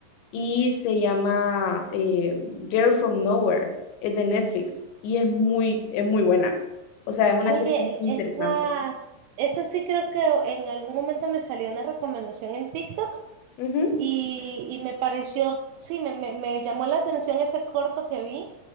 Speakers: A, on the left; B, on the right.
A: y se llama eh, Girl from Nowhere, es de Netflix y es muy, es muy buena. O sea, es una
B: Oye,
A: serie
B: el-
A: muy
B: esas,
A: interesante.
B: esa sí creo que en algún momento me salió una recomendación en TikTok
A: Ujú.
B: Y, y me pareció, sí, me, me, me llamó la atención ese corto que vi,